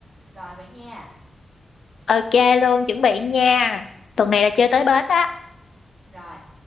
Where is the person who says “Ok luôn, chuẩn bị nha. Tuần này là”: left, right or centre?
Left